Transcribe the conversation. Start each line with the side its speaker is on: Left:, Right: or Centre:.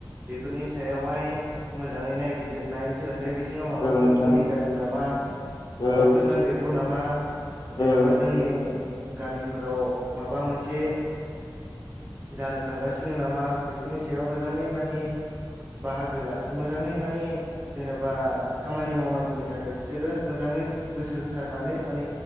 Right: बेफोरनि सायावहाय मोजाङै नायबिजिरनाय सोलोंथाइ बि बिथिङाव माबाफोर
Left: औ नोंथां
Right: खमि जादों नामा
Left: औ
Right: माबाफोर नांदेरगौ नामा? जेन'बा
Left: औ
Right: जोंनि गामिफोराव माबा मोनसे जानो थांगासिनो नामा बे बे फोरनि सायाव मोजाङै माने बाहागो ला मोजाङै माने जेन'बा खामानि मावनांगौनि थाखाय बिसोरो मोजाङै गोसो होसारनानै माने